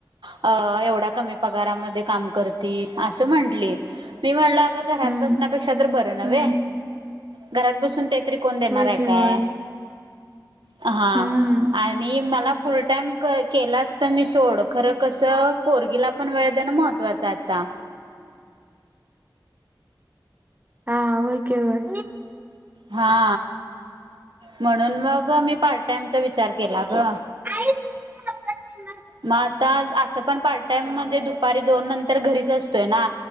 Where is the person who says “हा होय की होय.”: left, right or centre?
Right